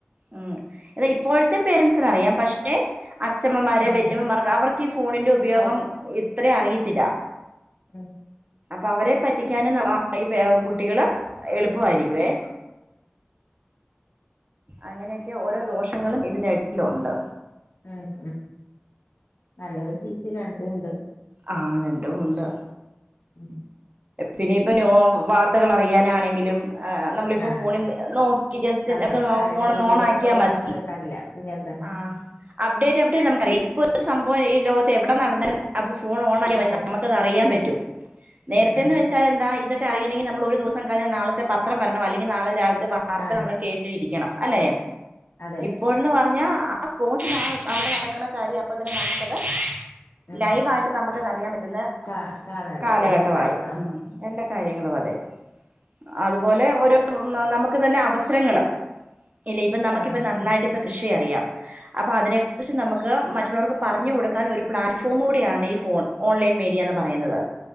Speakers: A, on the right; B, on the left.
A: ഉം ഇപ്പോഴത്തെ പേരന്സ്നറിയാം പക്ഷെ അച്ഛമ്മമാരെ
B: ആ
A: വല്യമ്മമാർ അവർക്ക് ഈ ഫോണിന്റെ ഉപയോഗം
B: അവർ
A: ഇത്ര അറിയത്തില്ല
B: ഉം
A: അപ്പൊ അവരെ പറ്റിക്കാനുംന മ ഇ പേരകുട്ടികള് എളുപ്പമായിരിക്കുവേ അങ്ങനെയൊക്കെ ഓരോ ദോഷങ്ങളും ഇതിന്റെ ഇടലുണ്ട്
B: ഉം ഉം നല്ലതും ചീത്തി രണ്ടും ഉണ്ട്
A: ആഹ് രണ്ടുമൂണ്ട്
B: ഉം
A: പിന്നെ ഇപ്പൊ ന്യൂ വാർത്തകൾ അറിയാനാണെങ്കിലും ആ നമ്മളിപ്പോ
B: ആ
A: ഫോണിൽ നോക്കി ജസ്റ്റ്ക്കെ
B: അതെ ആരും
A: ഫോൺ
B: ടി
A: ഒന്ന്
B: വിയിലൊന്നും
A: ഓൺ ആക്കിയാ
B: പോയി
A: മതി
B: വാർത്ത കേൾക്കാറില്ല പിന്നെന്താ
A: ആഹ് അപ്ഡേറ്റ് എവിടെ നമുക്കറിയാംഇപ്പോത്തെ സംഭവം ഈ ലോകത്ത് എവിടെ നടന്നാലും അപ്പൊ ഫോൺ ഓൺ ആയമതി
B: അതെ
A: നമുക്ക് അറിയാൻ പറ്റും നേരത്തെന്ന്
B: ഉം ഉം
A: വെച്ചാ എന്ത ഇതൊക്കെ അറയിണെങ്കിൽ നമ്മള് ഒരു ദിവസ ക നാളത്തെ പത്രം വരണം അല്ലെങ്കിൽ നളെ രാവി ലത്തെ വാർത്ത
B: ആ
A: നമ്മൾ കേട്ടിരിക്കണം അല്ലെ
B: അതെ
A: ഇപ്പോഴന്ന് പറഞ്ഞ ആഹ് സ്പോട്ടിന് അവിടെ നടക്കുന്ന കാര്യം അപ്പൊ തന്നെ നമുക്കത്
B: ഉം
A: ലൈവ് ആയിട്ട് നമുക്കത്
B: എ
A: അറിയാൻ പറ്റുന്ന
B: കാ കാണണ്ട്
A: കാലഘട്ടമായി
B: എല്ലാ കാര്യങ്ങളും
A: ഉം എല്ലാ കാര്യങ്ങളും അതെ അതുപോലെ ഓരോ നമുക്ക് തന്നെ അവസരങ്ങള് ഇല്ല ഇപ്പൊ നമുക്കിപ്പ
B: ആ
A: നന്നായിട്ട്
B: ആ
A: ഇപ്പ കൃഷി അറിയാം അപ്പൊ അതിനെ കുറിച്ച് നമുക്ക് മറ്റുള്ളവർക്ക് പറഞ്ഞു കൊടുക്കാൻ ഒരു പ്ലാറ്റ്ഫോമ കൂടെയാണ് ഈ ഫോൺ ഓൺലൈൻ മീഡിയ എന്ന് പറയുന്നത്